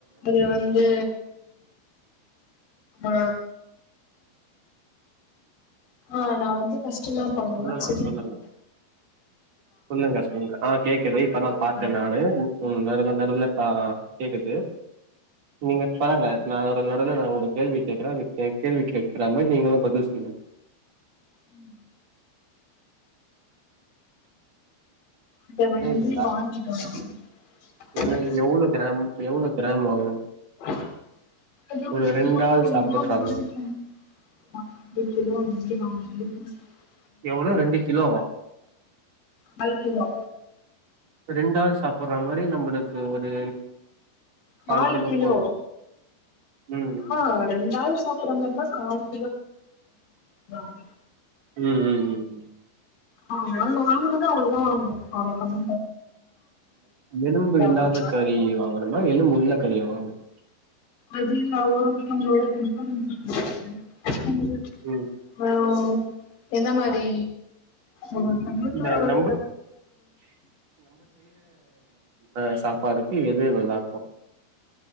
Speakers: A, on the left; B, on the right.
A: அது வந்து ஆ ஆ நா வந்து பஷ் ஷின்னா பண்ணுனா
B: சொல்லலா
A: செரி
B: சொல்லுங்க சொல்லுங்க சொல்லுங்க ஆ கேக்குது இப்பதா பாத்தே
A: ஆ
B: நானு ம் நடுல நடுல ஆ கேக்குது நீங்க பரால நா நடுல நடுல நா உங்களுக் கேள்வி கேக்குறே ஏ கேள்வி கேட்குற மாரி நீங்களு பதில் சொல்லுங்க
A: ம் அத <unintelligible>
B: கேக்குதா
A: வாங்கிடோ நாங்க
B: ஏன்னா எவ்ளோ கிராம் எவ்ளோ கிராம் வாங்கணு
A: <unintelligible>
B: ஒரு ரெண்டு ஆள் சாப்புட்ற மாரி
A: ம்
B: எவ்ளோ ரெண்டு கிலோவா
A: கால் கிலோ
B: ரெண்டால் சாப் போற மாரி நம்மளுக்கு ஒரு கால்
A: நாலு கிலோ
B: போது ம்
A: ஆஹ் ரெண்டு ஆள் சாப்பிட்றமாரி இருந்தா கால் <unintelligible>
B: உம் உம் உம்
A: ஆஹ நாங்க வாங்கினதே அவ்ளோதா வாங்குவே அவ்ளோ கம்
B: எலும்பு
A: ஆகுறதுனால
B: இல்லாத கறி வாங்கணுமா எலும்பு உள்ள கரி வாங்கணு
A: அது ஒருஒருதங்களோட விருப்பத்த பொருத்து
B: ம்
A: ஆ எந்த மாரி ஒரு ஒருத்தவங்களுக்கு
B: இல்ல
A: ஒரு
B: நம்ப ஆஹ் சாப்பாடுக்கு எது நல்லா இருக்கும்